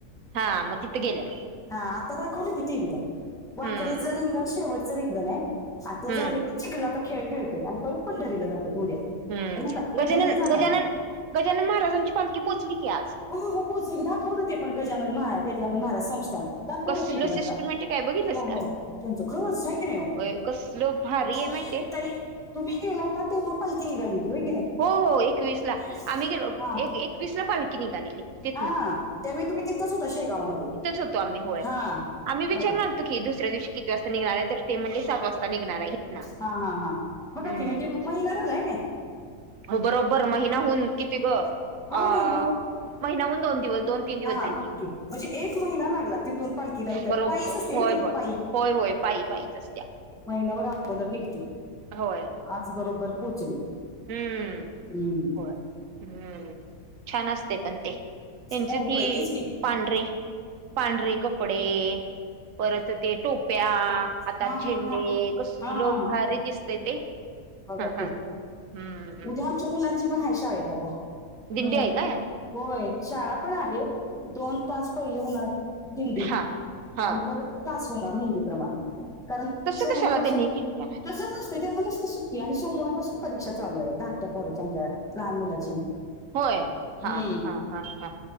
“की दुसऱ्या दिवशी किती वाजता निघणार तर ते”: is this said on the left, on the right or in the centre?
Right